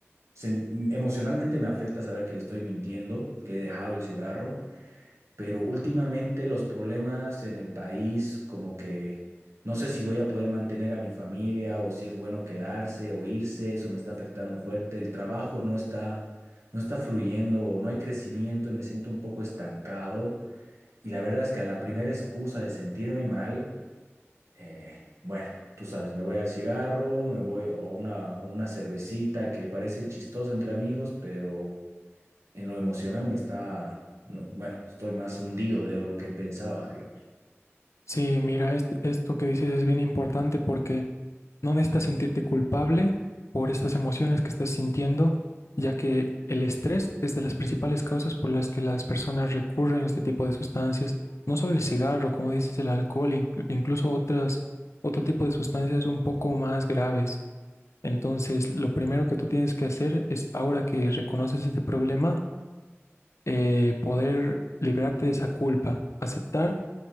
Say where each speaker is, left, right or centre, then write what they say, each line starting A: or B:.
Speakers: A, on the right; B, on the left.
A: Sen- emocionalmente me afecta saber que le estoy mintiendo, que he dejado el cigarro, pero últimamente los problemas en el país, como que no sé si voy a poder mantener a mi familia o si es bueno quedarse o irse, eso me está afectando fuerte. El trabajo no está, no está fluyendo, no hay crecimiento y me siento un poco estancado. Y la verdad es que a la primera excusa de sentirme mal, eh, bueno, tú sabes, me voy al cigarro, me voy a una, o una cervecita que parece chistosa entre amigos, pero en lo emocional me está, no, bueno, estoy más hundido de lo que pensaba, digamos.
B: Sí, mira, est- esto que dices es bien importante porque no necesitas sentirte culpable por estas emociones que estás sintiendo, ya que el estrés es de las principales causas por las que las personas recurren a este tipo de sustancias. No solo el cigarro, como dices, el alcohol, inc- incluso otras, otro tipo de sustancias un poco más graves. Entonces, lo primero que tú tienes que hacer es, ahora que reconoces este problema, eh, poder liberarte de esa culpa, aceptar